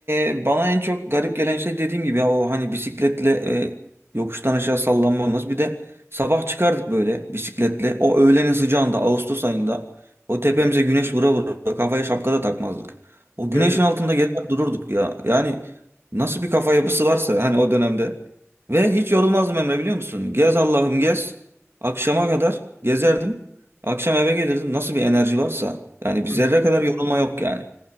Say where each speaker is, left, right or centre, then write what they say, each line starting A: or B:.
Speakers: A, on the right; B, on the left.
A: e, bana en çok garip gelen şey dediğim gibi ya o hani bisikletle e, yokuştan aşağı sallanmamız. Bir de sabah çıkardık böyle bisikletle. O öğlenin sıcağında Ağustos ayında o tepemize
B: Hı,
A: güneş vura vura kafaya şapka da takmazdık. O
B: Evet.
A: güneşin altında gezer dururduk ya. Yani nasıl bir kafa yapısı varsa hani o dönemde. Ve hiç yorulmazdım Emre biliyor musun? Gez Allah'ım gez. Akşama kadar gezerdim. Akşam eve gelirdim. Nasıl bir enerji varsa. Yani bir
B: Hı.
A: zerre kadar yorulma yok yani.